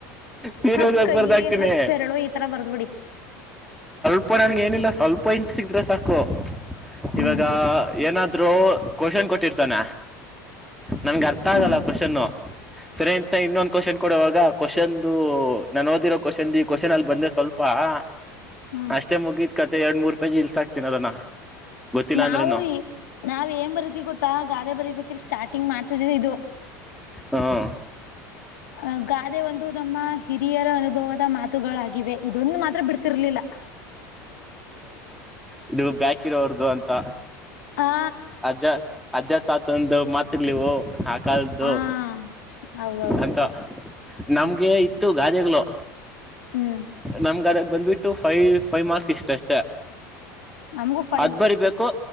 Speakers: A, in the centre; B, on the left.
A: ಸೀರಿಯಸ್
B: ಹತ್
A: ಆಗಿ
B: ಕೈ
A: ಬರ್ದಾಕ್ತೀನಿ
B: ಹತ್ ಬೆರಳು ಈ ತರ ಬರ್ದ್ ಬಿಡಿ.
A: ಅಪ್ಪ ನನ್ಗ ಏನಿಲ್ಲ ಸ್ವಲ್ಪ ಇಂತ್ ಸಿಕ್ರೆ ಸಾಕು.
B: ಹ್ಮ್
A: ಇವಾಗ ಏನಾದ್ರೂ ಕ್ವೆಷನ್ ಕೊಟ್ಟಿರ್ತಾನ. ನನ್ಗೆ ಅರ್ಥ
B: ಹ್ಮ್
A: ಆಗಲ್ಲ ಕ್ವೆಷನ್ನೂ. ಸರೆಂತ ಇನ್ನೊಂದು ಕ್ವೆಶ್ಚನ್ ಕೊಡುವಾಗ ಕ್ವೆಶ್ಚನ್ ಅಂದು ನಾನ್ ಓದಿರೋ ಕ್ವಶನ್ ಈ ಕ್ವಶನ್ ಅಲ್ಲಿ ಬಂದ್ರೆ ಸ್ವಲ್ಪ. ಹ
B: ಹ್ಮ್
A: ಅಷ್ಟೇ ಮುಗಿದ್ ಕತೆ ಎರಡ್ ಮೂರ್ ಪೇಜ್ ಇಳಿಸಿ ಹಾಕ್ತೀನಿ ಅದನ್ನ. ಗೊತ್ತಿಲ್ಲ
B: ನಾವು
A: ಅಂದ್ರುನು.
B: ನಾವ್ ಏನ್ ಬರೀತೀವಿ ಗೊತ್ತಾ ಗಾದೆ ಬರಿಬೇಕ್ರ ಸ್ಟಾರ್ಟಿಂಗ್ ಮಾಡ್ತಿದ್ ಇದು.
A: ಹ್ಹಾ.
B: ಅ ಗಾದೆ ಒಂದು ನಮ್ಮ ಹಿರಿಯರ ಅನುಭವದ ಮಾತ್ ಮಾತುಗಳಾಗಿವೆ ಇದೊಂದು ಮಾತ್ರ ಬಿಡ್ತಿರ್ಲಿಲ್ಲ.
A: ಇದು ಬ್ಯಾಕಿರೋರ್ದು ಅಂತ.
B: ಆ
A: ಅಜ್ಜ ಅಜ್ಜ ತಾತ ಒಂದು ಮಾತುಗಳಿವು. ಕಲ್ದು
B: ಆ ಹೌದೌದು
A: ಅಂತ ನಮ್ಗೆ ಇತ್ತು ಗಾದೆಗ್ಗಳು
B: ಹ್ಮ್
A: ನಮ್ ಗಾದಾಗ ಬಂದ್ಬಿಟ್ಟು ಫೈ ಫೈವ್ ಮಾರ್ಕ್ಸ್ ಇಷ್ಟಷ್ಟ
B: ನಮಗೂ ಫೈವ್
A: ಅದ್ ಬರಿಬೇಕು